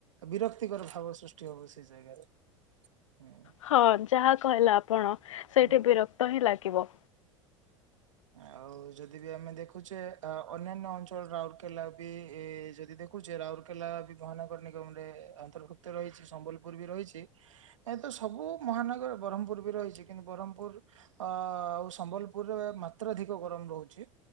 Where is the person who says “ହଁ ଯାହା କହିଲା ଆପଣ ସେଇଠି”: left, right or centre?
Left